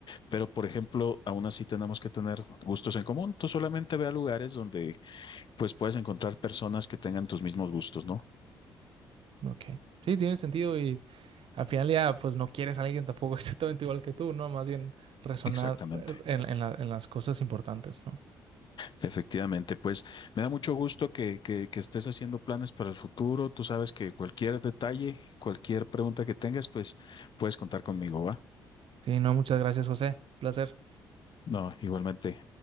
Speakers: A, on the left; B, on the right.
A: Pero, por ejemplo, aún así tenemos que tener gustos en común. Tú solamente ve a lugares donde pues puedes encontrar personas que tengan tus mismos gustos, ¿no?
B: ok. Sí, tiene sentido y al final ya pues no quieres a alguien tampoco <laughs> exactamente igual que tú, ¿no? Más bien resonar
A: Exactamente,
B: eh, en, en la- en las cosas importantes, ¿no?
A: efectivamente. Pues me da mucho gusto que, que, que estés haciendo planes para el futuro. Tú sabes que cualquier detalle, cualquier pregunta que tengas, pues puedes contar conmigo, ¿va?
B: Sí, no, muchas gracias, José. Placer.
A: No, igualmente.